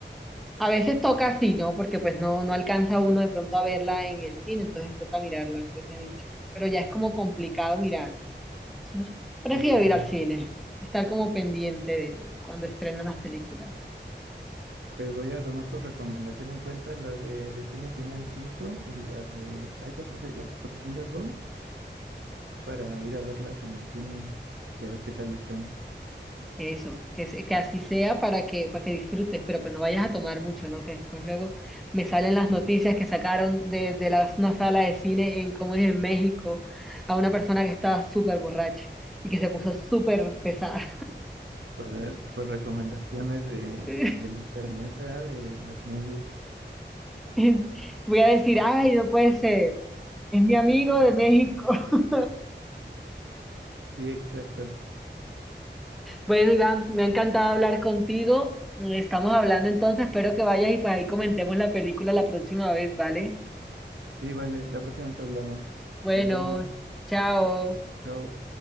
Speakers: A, in the centre; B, on the right.
A: A veces toca así, ¿no? Porque pues no, no alcanza uno de pronto a verla en el cine, entonces toca mirarla pues en internet. Pero ya es como complicado mirar. Entonces, prefiero
B: Sí,
A: ir
B: a ver,
A: al cine, estar como pendiente de, de cuando estrenan las películas.
B: pues voy a tomar tu recomendación en cuenta, la de Destino Final cinco y la de Icons of Thunderbolts, para ir a verlas en el cine y a ver qué tal están.
A: Eso, que, se- que así sea para que, para que disfrutes, pero pues no vayas a tomar mucho, ¿no? Que después luego me salen las noticias que sacaron de, de la- una sala de cine en, ¿cómo es? En México, a una persona que estaba súper borracha y que se puso súper pesada.
B: Por, por recomendaciones de,
A: <laughs>
B: del internet, ¿verdad? De las movies.
A: <laughs> Voy a decir, ay, no puede ser, es mi amigo de México. <laughs>
B: Sí, exacto.
A: Bueno, Iván, me ha encantado hablar contigo. Estamos hablando entonces, espero que vayas y pues ahí comentemos la película la próxima vez, ¿vale?
B: Sí, vale, la próxima vez hablamos.
A: Bueno,
B: Nos vemos.
A: chao.
B: Chao.